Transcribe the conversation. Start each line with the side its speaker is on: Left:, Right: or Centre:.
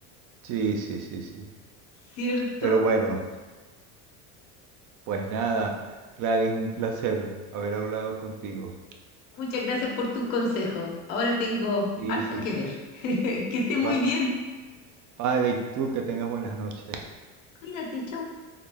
Right: Sí, sí, sí, sí.
Left: ¿Cierto?
Right: Pero bueno, pues nada, Gladys, un placer haber hablado contigo.
Left: Muchas gracias por tus consejos. Ahora tengo
Right: Sí,
Left: harto
Right: sí.
Left: que ver. <laughs> Que estés muy
Right: Va,
Left: bien.
Right: Vale, y tú que tengas buenas noches.
Left: Cuídate, chau.